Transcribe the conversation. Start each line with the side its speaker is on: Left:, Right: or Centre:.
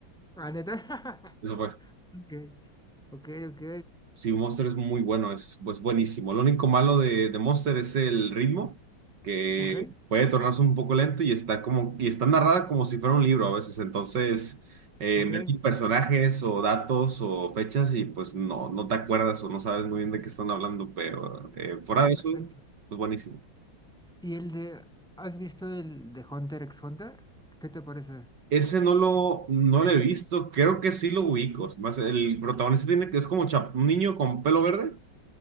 Centre: Ah, neta. <laughs>
Right: Eso fue.
Centre: Ok, ok, ok.
Right: Sí, Monster es muy bueno, es pues, buenísimo. Lo único malo de, de Monster es el ritmo, que
Centre: Ok,
Right: puede tornarse un poco lento y está como, y está narrada como si fuera un libro a veces. Entonces, eh,
Centre: ok.
Right: meten personajes o datos o fechas y pues no, no te acuerdas o no sabes muy bien de qué están hablando, pero eh, fuera
Centre: Ah,
Right: de
Centre: perfecto.
Right: eso, pues buenísimo.
Centre: ¿Y el de, has visto el de Hunter x Hunter? ¿Qué te parece?
Right: Ese no lo, no lo he visto, creo que sí lo ubico.
Centre: Sí,
Right: Más el protagonista tiene que es como chap- un niño con pelo verde.